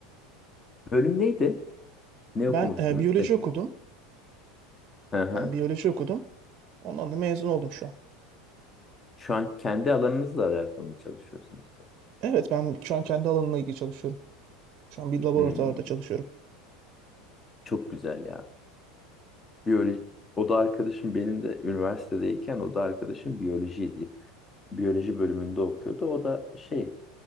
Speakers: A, on the left (about 20°); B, on the right (about 40°).
A: bölüm neydi? Ne
B: Ben
A: okumuştunuz
B: e, biyoloji
A: peki?
B: okudum.
A: Hı hı.
B: Ben biyoloji okudum. Ondan da mezun oldum şu an.
A: Şu an kendi alanınızla alakalı mı çalışıyorsunuz?
B: Evet ben şu an kendi alanımla ilgili çalışıyorum. Şu an bir laboratuvarda
A: Hmm,
B: çalışıyorum.
A: çok güzel ya. Biyoloji, o da arkadaşım benim de üniversitedeyken o da arkadaşım biyolojiydi. Biyoloji bölümünde okuyordu. O da şey